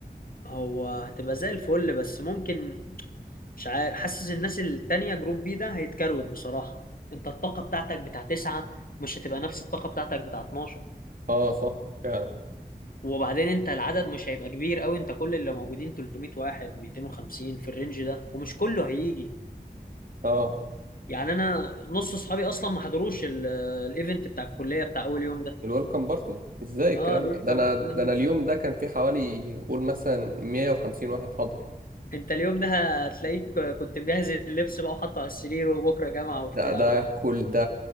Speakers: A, on the left; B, on the right.
A: هو هتبقى زي الفل بس ممكن مش عارف حاسس الناس التانية جروب بي ده هيتكروت بصراحة انت الطاقة بتاعتك بتاع تسعة مش هتبقى نفس الطاقة بتاعتك بتاع 12
B: اه صح فعلا
A: وبعدين انت العدد مش هيبقى كبير قوي انت كل اللي موجودين 300 واحد 250 في الرينج ده ومش كله هيجي
B: اه
A: يعني انا نص اصحابي اصلا ما حضروش ال- الايفنت بتاع الكليه بتاع اول يوم ده
B: الويلكم بارتي ازاي الكلام
A: اه الويلكم
B: ده ده انا
A: لا،
B: ده انا اليوم ده كان في حوالي قول مثلا 150 واحد حضر
A: انت اليوم ده هتلاقيك كنت مجهز اللبس بقى وحاطه على السرير وبكره جامعه وبتاع
B: ده ده كل ده